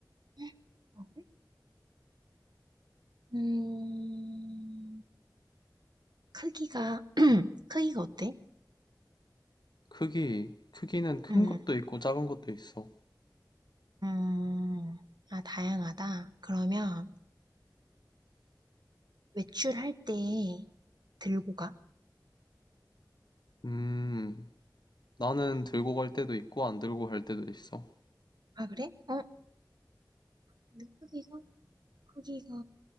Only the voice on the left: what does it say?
크기, 크기는 큰
것도 있고 작은 것도 있어.
음, 나는 들고 갈 때도 있고 안 들고 갈 때도 있어.